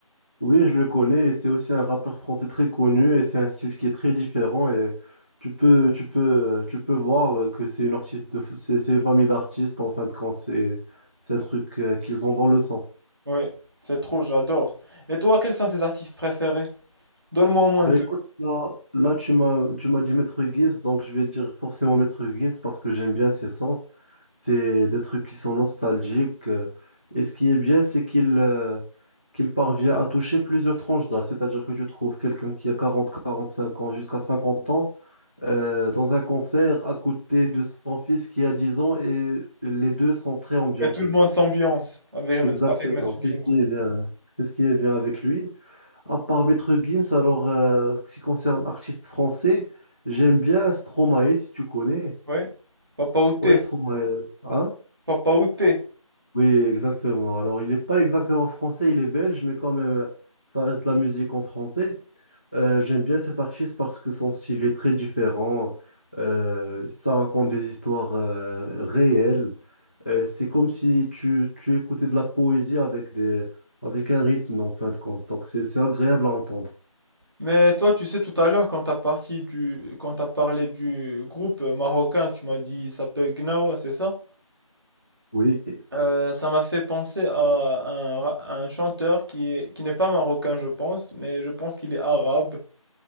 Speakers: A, on the left; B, in the centre.
A: oui, je le connais, et c'est aussi un rappeur français très connu, et c'est un style qui est très différent, et tu peux, tu peux, tu peux voir que c'est une artiste de, c'est c'est une famille d'artistes, en fin de compte, c'est c'est un truc euh, qu'ils ont dans le sang.
B: Oui, c'est trop, j'adore. Et toi, quels sont tes artistes préférés? Donne-moi au moins
A: Ben
B: deux.
A: écoute, là, là, tu m'as tu m'as dit Maître Gibbs, donc je vais dire forcément Maître Gibbs parce que j'aime bien ses sons. C'est des trucs qui sont nostalgiques. euh, Et ce qui est bien, c'est qu'il euh, qu'il parvient à toucher plusieurs tranches d'âge. C'est-à-dire que tu trouves quelqu'un qui a quarante quarante-cinq ans jusqu'à cinquante ans euh, dans un concert à côté de son fils qui a 10 ans et les deux sont très ambiancés.
B: Et tout le monde s'ambiance avec, Maître-
A: Exactement,
B: avec Maître Gims.
A: c'est ce qui est bien, c'est ce qui est bien avec lui. À part Maître Gims, alors, euh, ce qui concerne artiste français, j'aime bien Stromae, si tu connais.
B: Oui, Papa Outé,
A: Ouais, Stromae, hein?
B: Papa Outé.
A: Oui, exactement. Alors, il n'est pas exactement français, il est belge, mais quand même, ça reste de la musique en français. Euh, j'aime bien cet artiste parce que son style est très différent. Euh, ça raconte des histoires, euh, réelles. Euh, c'est comme si tu, tu écoutais de la poésie avec des, avec un rythme en fin de compte. Donc c'est, c'est agréable à entendre.
B: Mais toi, tu sais, tout à l'heure, quand t'as parti du, quand t'as parlé du groupe marocain, tu m'as dit, il s'appelle Gnawa, c'est ça?
A: Oui.
B: Euh, ça m'a fait penser à un, ra- un chanteur qui est, qui n'est pas marocain, je pense, mais je pense qu'il est arabe.